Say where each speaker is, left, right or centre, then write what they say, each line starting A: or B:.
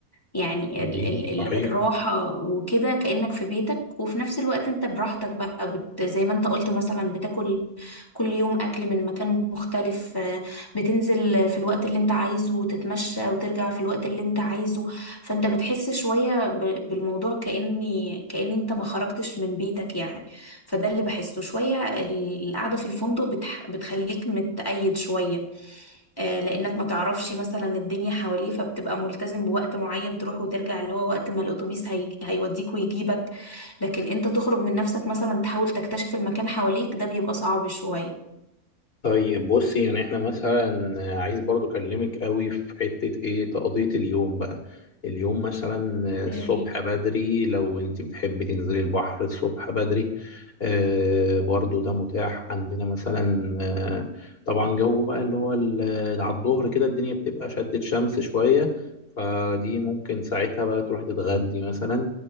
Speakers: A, on the left; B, on the left.
A: يعني
B: جميل
A: ال ال ال
B: صحيح
A: الراحة وكده كأنك في بيتك وفي نفس الوقت انت براحتك بقى بت زي ما انت قلت مثلا بتاكل كل يوم أكل من مكان مختلف آه، بتنزل في الوقت اللي انت عايزه وتتمشى وترجع في الوقت اللي انت عايزه فانت بتحس شوية ب- بالموضوع كأني كأن انت ما خرجتش من بيتك يعني فده اللي بحسه شوية ال- القعدة في الفندق بتح بتخليك متقيد شوية آه، لانك ما تعرفش مثلا الدنيا حواليه فبتبقى ملتزم بوقت معين تروح وترجع اللي هو وقت ما الاتوبيس هي... هيوديك ويجيبك لكن انت تخرج من نفسك مثلا تحاول تكتشف المكان حواليك ده بيبقى صعب شوية
B: طيب بصي يعني احنا مثلا عايز برضو اكلمك قوي في حتة ايه تقضية اليوم بقى اليوم مثلا
A: تمام
B: الصبح بدري لو انت بتحبي تنزلي البحر الصبح بدري آه برضو ده متاح عندنا مثلا آه طبعا جو بقى اللي هو ال- على الظهر كده الدنيا بتبقى شدت شمس شوية فدي ممكن ساعتها بقى تروحي تتغدي مثلا